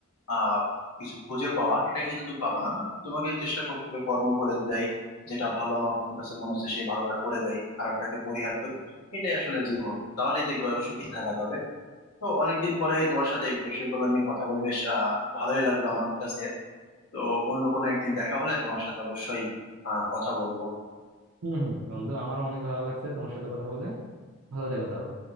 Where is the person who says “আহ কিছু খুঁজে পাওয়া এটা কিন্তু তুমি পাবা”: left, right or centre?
Left